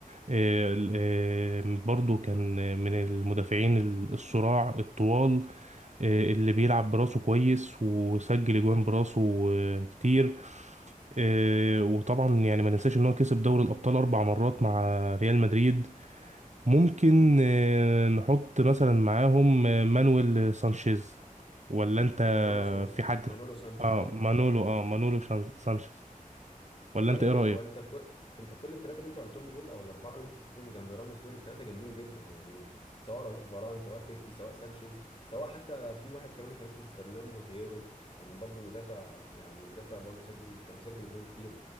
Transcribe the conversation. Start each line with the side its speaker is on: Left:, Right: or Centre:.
Right: آه، ال- آه، برضو كان من المدافعين ال- الصراع الطوال آه، اللي بيلعب براسه كويس وسجل اجوان براسه آه، كتير آه، وطبعا يعني ما ننساش ان هو كسب دوري الابطال اربع مرات مع ريال مدريد ممكن آه، نحط مثلا معاهم آه، مانويل سانشيز ولا انت
Left: مانولو سانشيز
Right: في حد
Left: مانولو سانشيز
Right: اه
Left: اه
Right: مانولو اه مانولو شان- سانشيز
Left: والله
Right: ولا انت ايه رأيك
Left: هو انت كو... انت كل الثلاثه اللي انت قلتهم دول او الاربعه اللي انت حطيتهم جنب راموس دول الثلاثه جامدين جدا يعني سواء رو- فاران سواء بيبي سواء سانشيز سواء حتى في واحد كمان كان اسمه فرناندو هيرو كان برضو مدافع يعني مدافع برضو سجل كان بيسجل جوان كتير